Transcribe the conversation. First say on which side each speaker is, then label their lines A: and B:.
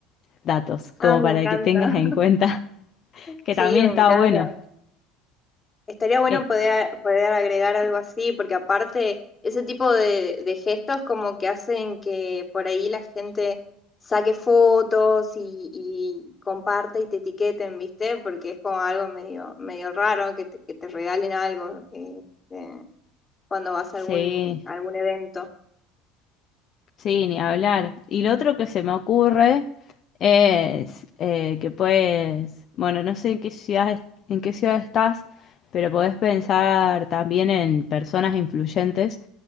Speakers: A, on the left; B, on the left.
A: datos, como
B: Ah, me
A: para
B: encanta.
A: que tengas en
B: <laughs>
A: cuenta <laughs> que
B: Sí,
A: también
B: me
A: está
B: encanta.
A: bueno.
B: Estaría bueno
A: Eh,
B: poder, poder agregar algo así, porque aparte ese tipo de, de gestos como que hacen que por ahí la gente saque fotos y, y comparte y te etiqueten, ¿viste? Porque es como algo medio, medio raro que te, que te regalen algo este, cuando vas
A: sí.
B: a algún, a algún evento.
A: Sí, ni hablar. Y lo otro que se me ocurre es eh, que puedes, bueno, no sé en qué ciudad, es- en qué ciudad estás, pero podés pensar también en personas influyentes